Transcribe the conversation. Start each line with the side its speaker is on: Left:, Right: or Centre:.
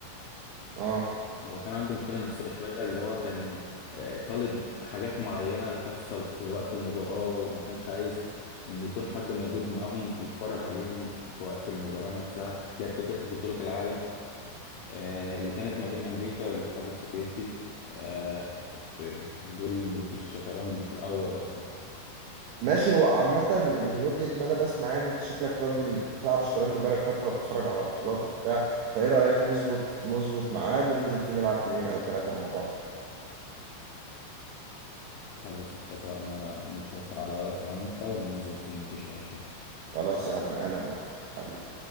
Right: اه
Left: هو كان عنده مشكلة نفسية شوية اللي هو كان آه، طالب حاجات معينة تحصل في وقت المباراة وما كانش عايز ان يكون حد موجود معاهم يتفرج عليهم في وقت المباراة نفسها اللي هي بطولة بطولة العالم آه، اللي كانت ما بين امريكا والاتحاد السوفيتي آه، في دول ملوك الشطرنج في الاول اصلا
Right: ماشي هو عامة من من وجهة ما أنا بسمع يعني أنت شكلك راجل بتلعب شطرنج بقالك فترة بتتفرج على بطولات وبتاع فإيه رأيك نظبط نظبط ميعاد وننزل فيه نلعب جيمين أو ثلاثة مع بعض
Left: خلاص اتفقنا نتفق على وقت انا وانت وننزل فيه مفيش اي مشكلة
Right: خلاص يا عم أنا موافق حبيبي